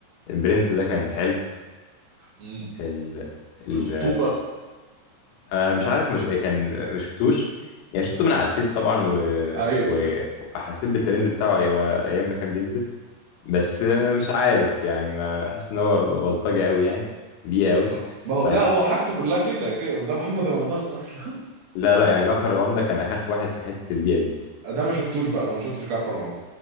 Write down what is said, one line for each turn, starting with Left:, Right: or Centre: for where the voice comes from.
Left: البرنس ده كان حلو
Right: امم
Left: ال ال
Right: الاسطوره
Left: آه مش عارف مش كان ما شفتوش يعني شفته من على الفيس طبعا و...
Right: ايوه
Left: و... وحسيت بالترند بتاعه أي- ايام ما كان بينزل بس
Right: اه
Left: آه، مش عارف يعني ما حاسس ان هو بلطجه قوي يعني بيئه قوي
Right: اه
Left: <laughs> مش
Right: ما هو
Left: عارف.
Right: لا هو حاجته كلها كده كده ده محمد رمضان اصلا
Left: لا لا يعني جعفر العمدة كان اخف واحد في حته البيئه دي
Right: <laughs> ده ما شفتوش بقى انا ما شفتش جعفر العمدة